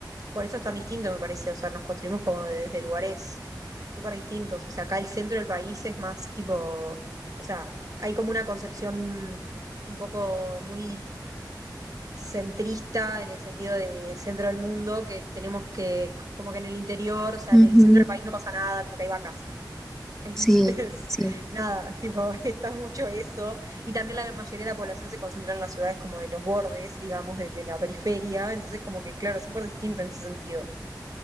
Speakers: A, on the right; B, in the centre.
A: por eso es tan distinto, me parece. O sea, nos construimos como desde lugares súper distintos. O sea, acá el centro del país es más tipo, o sea, hay como una concepción un poco muy centrista en el sentido de centro del mundo, que tenemos que, como que en el interior, o sea,
B: Ujú,
A: en el centro del país no pasa nada, como que hay vacas. Entonces,
B: Sí, sí.
A: <laughs> nada, tipo, <laughs> está mucho eso. Y también la mayoría de la población se concentra en las ciudades como de los bordes, digamos, de, de la periferia. Entonces, como que, claro, súper distinto en ese sentido.